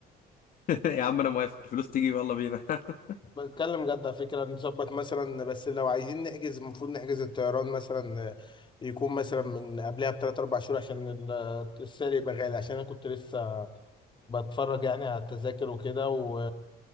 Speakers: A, on the left; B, on the left.
A: <laughs> يا عم انا موافق الفلوس تيجي يلا بينا <laughs>
B: بتكلم جد على فكرة نظبط مثلا بس لو عايزين نحجز المفروض نحجز الطيران مثلا آه، يكون مثلا من قبلها بثلاث أربع شهور عشان ال- السعر يبقى غالي عشان أنا كنت لسه بتفرج يعني على التذاكر وكده و...